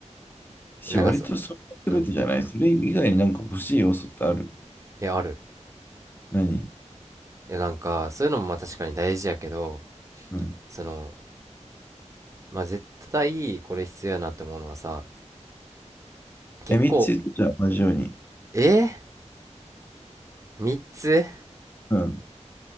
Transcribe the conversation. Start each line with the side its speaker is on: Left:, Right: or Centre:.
Left: う。し、
Right: なんかさ
Left: 割とそれが全てじゃない。
Right: うん
Left: それ以外になんか欲しい要素ってある
Right: え、ある。
Left: 何
Right: え、なんか、そういうのもまあ確かに大事やけど、
Left: うん。
Right: その、まあ絶対これ必要やなって思うのはさ、結構、
Left: え、3つ言ってじゃあ同じように。
Right: え ?3 つ
Left: うん。